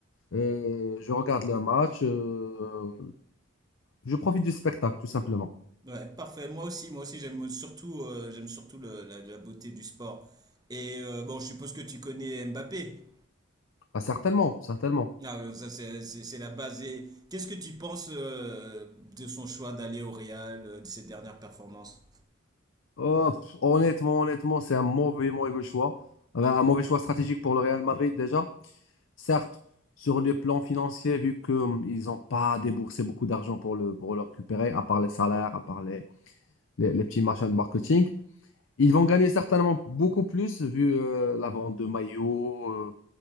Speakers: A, on the left; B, on the right.
A: euh, je regarde le match, euh, je profite du spectacle, tout simplement.
B: Ouais, parfait. Moi aussi, moi aussi, j'aime surtout, euh, j'aime surtout le- la, la beauté du sport. Et euh, bon, je suppose que tu connais Mbappé.
A: Ah, certainement, certainement.
B: Ah oui, ça c'est c'est- c'est la base. Et qu'est-ce que tu penses euh, de son choix d'aller au Real, euh, de ses dernières performances?
A: Oh, pff, honnêtement, honnêtement, c'est un mauvais, mauvais choix. Euh, Un mauvais choix stratégique pour le Real Madrid déjà. Certes, sur le plan financier, vu qu'ils n'ont pas déboursé beaucoup d'argent pour le, pour le récupérer, à part les salaires, à part les, les, les petits machins de marketing, ils vont gagner certainement beaucoup plus vu euh, la vente de maillots, euh,